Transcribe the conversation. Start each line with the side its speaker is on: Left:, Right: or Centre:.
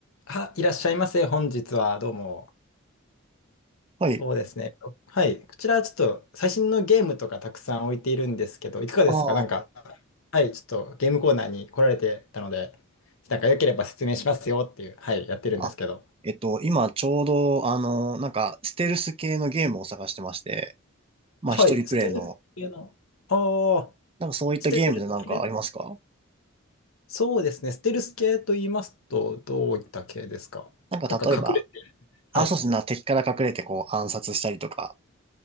Left: あ、いらっしゃいませ。本日はどうも。
Right: はい。
Left: そうですね。はい。こちらちょっと最新のゲームとかたくさん置いているんですけど、いかがですかなんか、
Right: ああ。
Left: はい、ちょっとゲームコーナーに来られてたので、なんか良ければ説明しますよっていう、はい、やってるんですけど。
Right: あ、えっと、今ちょうど、あの、なんか、ステルス系のゲームを探してまして、まあ、
Left: はい、
Right: 一人プレイの、
Left: ステルス系の。ああ、
Right: なんかそういったゲームでなんかありますか
Left: ステルス系。そうですね。ステルス系と言いますと、どういった系ですかなんか隠れて。
Right: なんか例えば、
Left: はい。
Right: あ、そうですね、敵から隠れてこう暗殺したりとか。